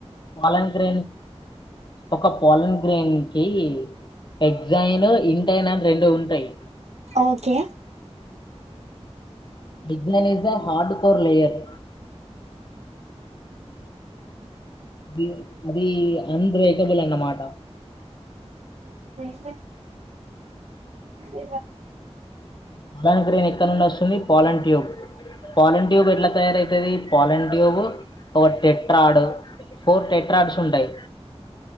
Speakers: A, on the left; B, on the right.
A: పాలన్ గ్రేన్ ఒక పాలన్ గ్రేన్ కి ఎగ్జైన్, ఇంటైన్ అని రెండు ఉంటాయి.
B: ఓకే
A: విజ్ఞన్ is the hard core layer <unintelligible> అది అన్బ్రేకబుల్ అన్న మాట
B: అ ఇగా
A: పలాని గ్రేన్ ఎక్కడ నుండి వస్తుంది పాలన్ ట్యూబ్ పాలన్ ట్యూబ్ ఎట్లా తయారైతది? పాలన్ ట్యూబ్ ఒక టెట్రాడు, ఫోర్ టెట్రాడ్స్ ఉంటాయి